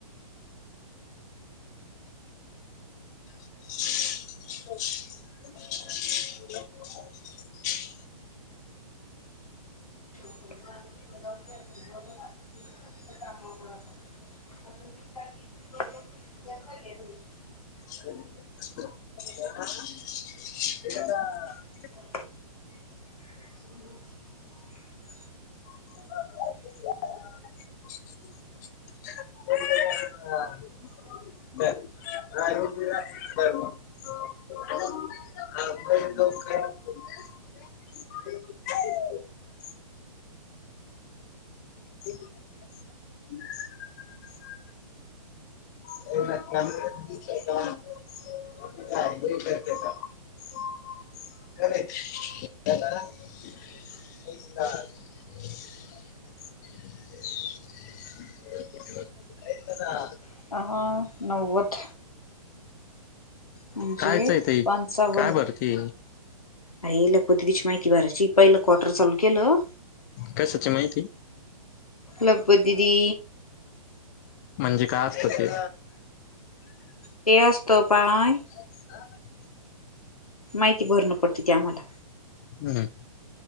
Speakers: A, on the left; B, on the left.
A: <inaudible>
B: <unintelligible> <unintelligible> <unintelligible>
A: <unintelligible>
B: <inaudible>
A: <unintelligible> <unintelligible> <unintelligible> <inaudible> <unintelligible> करते का? <unintelligible> <unintelligible>
B: <unintelligible> नव्वद. म्हणजे,
A: कायच आहे ते
B: पंचावन्न.
A: काय बरं ते
B: आई लपू दीदीची माहिती भरायची पहिलं क्वाटर चालू केलं.
A: कशाची माहिती?
B: लपू दिदी.
A: म्हणजे काय असत ते.
B: ते असत पाय.
A: <unintelligible>
B: माहिती भरणं पडत ती आम्हाला.
A: हम्म.